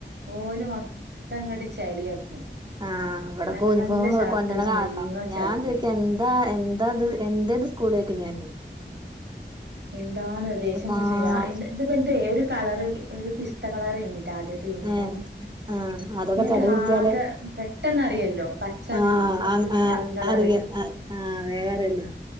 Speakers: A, on the right; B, on the right.
A: പോലും മൊത്തംകട് ചളിയാക്കും
B: ആ ഇവിടെക്കെ
A: നല്ല
B: യൂണിഫോം
A: നല്ല ഷർട്ടുകള്
B: കൊണ്ടണം കാണണം
A: മുഴുവൻ
B: ഞാൻ
A: ഷർട്ട്
B: ചോദിക്ക എന്താ എന്താത് എന്ത സ്കൂളിലക്ക് ഞാൻ
A: എന്താണ് ദ്യശ്യംപിടിച്
B: ആഹ്
A: ഞ ഇതാപ ന്തെ ഒരു കളറ് ഒരു പിസ്ത കളറേന് ആദ്യത്തെ യൂണിഫോംങ്ങോട്ട്
B: ഏഹ് ആഹ് അതൊക്കെ ചളി പിടിച്ചാലോ
A: ആകെ പെട്ടെന്ന്റിയല്ലോ പച്ച
B: ആഹ്
A: ഒരു
B: ആഹ്
A: പിസ്
B: ആഹ്
A: ഇളം കളറ്
B: അറിയാം ആഹ് വേഗം അറിയല്ലോ
A: ഉം